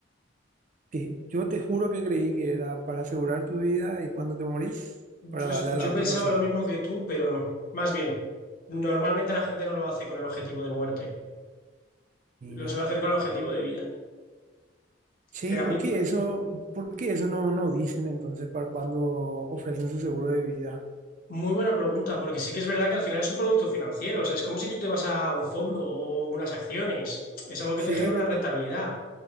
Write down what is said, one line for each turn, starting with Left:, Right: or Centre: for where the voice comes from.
Right: que- yo te juro que creí que era para asegurar tu vida y cuando te morís,
Left: Yo,
Right: para darle
Left: es- yo
Right: a la otra
Left: pensaba
Right: persona.
Left: lo mismo que tú, pero no. Más bien, normalmente la gente no lo hace con el objetivo de muerte,
Right: Mira.
Left: lo suele hacer con el objetivo de vida.
Right: Sí,
Left: Que
Right: ¿y
Left: a
Right: por
Left: mí,
Right: qué eso, por qué eso no, no dicen entonces para cuando ofrecen su seguro de vida?
Left: muy buena pregunta, porque sí que es verdad que al final es un producto financiero, o sea, es como si tú te vas a un fondo o unas acciones, es algo que
Right: Sí,
Left: te genera
Right: es-
Left: una
Right: es-
Left: rentabilidad.